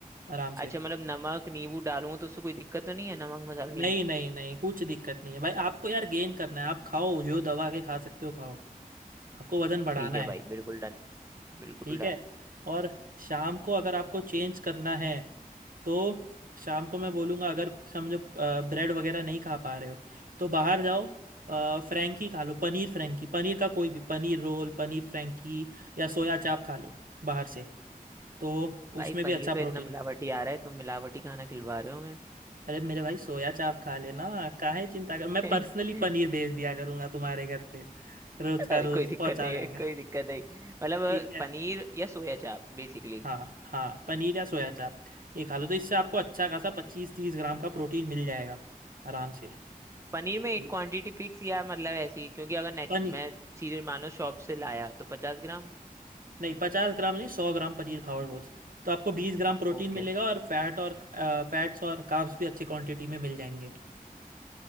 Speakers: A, on the right (about 70°); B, on the right (about 20°).
A: आराम
B: अच्छा
A: से
B: मतलब नमक नींबू डालूंगा तो उससे कोई दिक्कत तो नहीं है नमक मसाला
A: नहीं
B: नींबू
A: नहीं नहीं कुछ दिक्कत नहीं है भाई आपको यार गेन करना है आप खाओ जो दबा के खा सकते हो खाओ आपको वजन बढ़ाना
B: ठीक है
A: है
B: भाई बिल्कुल डन बिल्कुल
A: ठीक
B: डन
A: है और शाम को अगर आपको चेंज करना है तो शाम को मैं बोलूँगा अगर समझो ब्रेड वगैरह नहीं खा पा रहे हो तो बाहर जाओ अ, फ्रैंकी खा लो पनीर फ्रैंकी पनीर का कोई भी पनीर रोल पनीर फ्रैंकी या सोया चाप खा लो बाहर से तो
B: भाई
A: उसमें भी
B: पनीर
A: अच्छा प्रोटीन
B: तो इतना मिलावटी आ रहा है तुम मिलावटी खाना खिलवा रहे हो हमें
A: अरे मेरे भाई सोया चाप खा लेना काहे चिंता कर मैं
B: <laughs>
A: पर्सनली पनीर भेज दिया करूंगा तुम्हारे घर पे रोज का
B: अरे कोई
A: रोज पहुंचा
B: दिक्कत नहीं
A: जाएगा
B: है कोई दिक्कत नहीं मतलब अ,
A: ठीक है
B: पनीर या सोया चाप बेसिकली
A: हाँ हाँ पनीर या सोया चाप ये खा लो तो इससे आपको अच्छा खासा पच्चीस तीस ग्राम का प्रोटीन मिल जाएगा आराम से
B: पनीर में एक
A: ठीक।
B: क्वांटिटी फिक्स या मतलब ऐसी क्योंकि अगर नेट
A: पनीर
B: मैं सीधे मानो शॉप से लाया तो पचास ग्राम
A: नहीं पचास ग्राम नहीं सौ ग्राम पनीर खाओ रोज तो आपको बीस ग्राम प्रोटीन
B: ओके
A: मिलेगा और फैट और फैट्स और कार्ब्स भी अच्छी क्वांटिटी में मिल जाएंगे